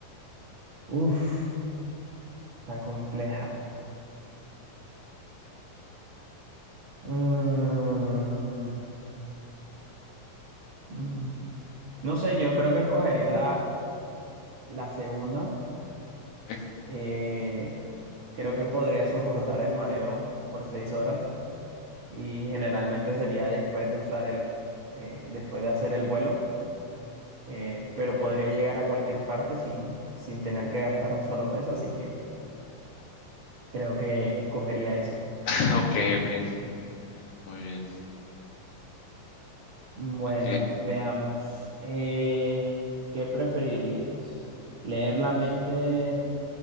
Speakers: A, on the right; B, on the left.
A: Uf, está compleja. Mm, mm, no sé, yo creo que escogería la, la segunda.
B: Ok,
A: Eh, creo que podría soportar el mareo por seis horas y generalmente sería después de usar el, eh, después de hacer el vuelo, eh, pero podría llegar a cualquier parte sin, sin tener que gastar un solo peso, así que creo que escogería esa.
B: <laughs> ok, ok, muy bien.
A: Bueno,
B: Ok.
A: veamos. Eh, ¿qué preferirías? ¿Leer la mente?